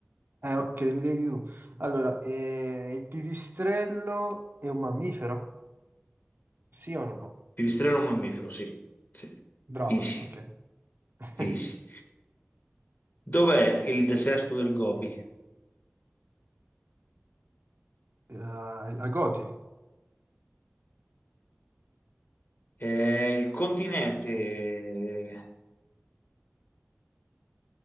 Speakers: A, on the right (about 55°); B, on the left (about 45°).
A: Eh, ok, mi devi dire tu. Allora, eh, il pipistrello è un mammifero? Sì o no?
B: Pipistrello o mammifero, sì. Sì.
A: Bravo,
B: Easy,
A: ok. <laughs>
B: easy. Dov'è il deserto del Gobi?
A: Eh, Al Goti,
B: Eh, il continente...